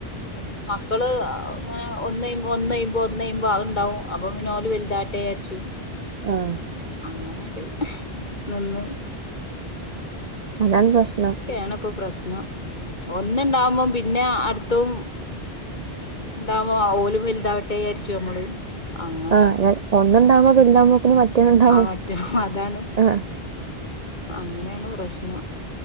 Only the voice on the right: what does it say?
ആഹ
അതാണ്
പ്രശ്നം
ആഹ ഒന്നുണ്ടാവകുമ്പോ പില്ലാമോക്കിന് മറ്റേ ഇണ്ടാവും
ആഹ